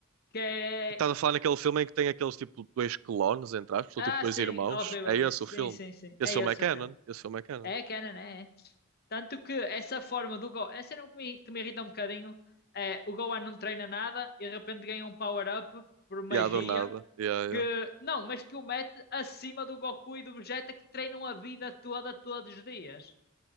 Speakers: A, on the left; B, on the right.
A: que é.
B: Estás a falar naquele filme em que tem aqueles tipo dois clones, entre aspas, ou
A: Ah,
B: tipo dois
A: sim,
B: irmãos?
A: horrível
B: É esse
A: esse.
B: o filme?
A: Sim, sim, sim.
B: Esse
A: É
B: filme
A: esse
B: é canon?
A: o filme.
B: Esse filme é canon.
A: É canon, é. é. Tanto que essa forma do Gohan. Essa cena que me, que me irrita um bocadinho é o Gohan não treina nada e de repente ganha um power-up por magia.
B: E yeah, do nada. Yeah,
A: Que,
B: yeah.
A: não, mas que o mete acima do Goku e do Vegeta que treinam a vida toda, todos os dias.